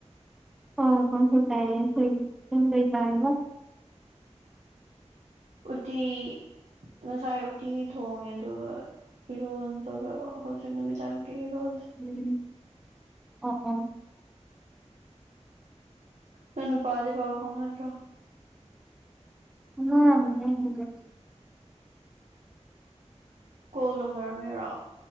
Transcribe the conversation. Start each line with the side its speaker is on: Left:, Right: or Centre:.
Centre: ꯑ ꯀꯥꯡꯁꯣꯏ ꯆꯥꯌꯦ ꯑꯈꯣꯏꯗꯤ ꯅꯪ ꯀꯩ ꯆꯌꯦꯕ
Right: ꯎꯇꯤ ꯉꯁꯥꯏ ꯎꯇꯤ ꯊꯣꯡꯉꯦ ꯑꯗꯨꯒ ꯏꯔꯣꯟꯕꯒ ꯍꯧꯖꯤꯛ ꯅꯨꯃꯤꯗꯥꯡꯒꯤ ꯏꯔꯣꯜꯂꯦ
Centre: ꯎꯝ ꯑꯣ ꯑꯣ
Right: ꯅꯪ ꯅꯨꯄꯥꯗꯤ ꯄꯥꯎ ꯐꯥꯎꯅꯗ꯭ꯔꯣ
Centre: <unintelligible>
Right: ꯀꯣꯜ ꯇꯧꯅꯔꯝꯃꯤꯔꯣ